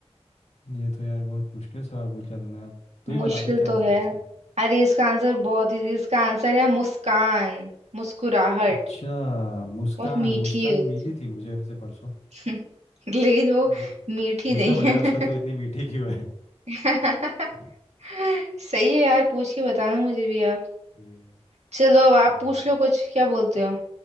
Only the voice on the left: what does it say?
ये तो यार बहुत मुश्किल सवाल पूछ लिया तूने अब तू
ही बता दे क्या है
इसका
आंसर
अच्छा मुस्कान
मुस्कान
मिली थी मुझे वैसे परसों
वो
पूछना
पड़ेगा
उसको तू इतनी मीठी क्यों है
<laughs>
ठीक है
हम्म